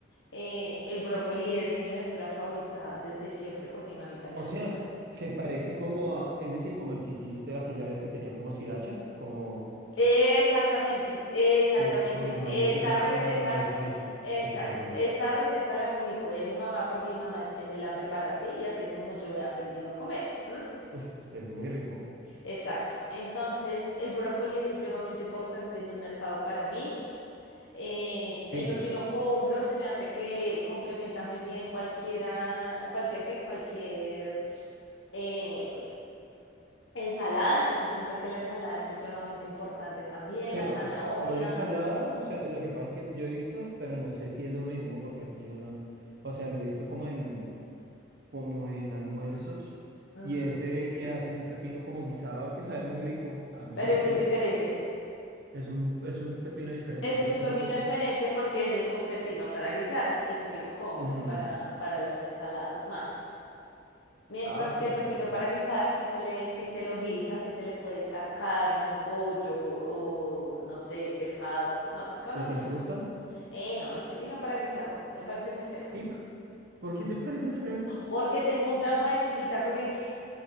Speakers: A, on the left; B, on the right.
A: eh, el brócoli es mi verdura favorita desde siempre porque mi mamita me
B: O
A: hacía.
B: sea, se parece como a, es decir, como el que hiciste aquella vez que tenía como sriracha, como
A: Exactamente, exactamente.
B: que con la malla
A: Esa
B: sriracha,
A: receta,
B: mayo spicy.
A: exacto,
B: Uy, qué rico.
A: esa receta la cogí fue de mi mamá porque mi mamá es quien me la preparó así y así es como yo he aprendido a comer. ¿m?
B: Uy, pues es muy rico.
A: Exacto. Entonces, el brócoli es supremamente importante en un mercado para mí. Eh, el
B: Sí,
A: pepino combro se me hace que complementa muy bien cualquiera, cualquier que, cualquier em, ensalada. Entonces, siento que la ensalada es supremamente importante también,
B: pero
A: la zanahoria.
B: solo ensaladas, o sea, lo que pasa es que yo he visto, pero no sé si es lo mismo, porque aquí yo no, o sea, lo he visto como en, como en almuerzos,
A: ujú.
B: y ese que hacen un pepino como guisado que sabe muy rico, a mí
A: Pero
B: me
A: ese
B: gusta.
A: es diferente.
B: Es un, es un pepino diferente,
A: Ese
B: ¿y por
A: es un
B: qué
A: pepino
B: no lo compramos?
A: diferente porque ese es un pepino para guisar. El pepino combro
B: Ujú.
A: es para, para las ensaladas nomás. Mientras
B: Ah, pues
A: que el pepino
B: sí.
A: para guisar, si se le, si se lo guisa, si se le puede echar carne o pollo o no sé, pescado. No, pescado
B: ¿Y
A: no
B: a
A: mucho.
B: ti no te gusta?
A: Eh, no, el pepino para guisar no, me parece muy feo.
B: ¿Y p- por qué te parece feo?
A: Porque tengo un trauma de chiquita con ese.